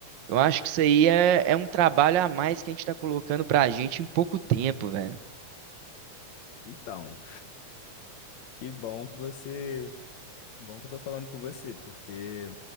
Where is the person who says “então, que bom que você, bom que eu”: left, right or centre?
Left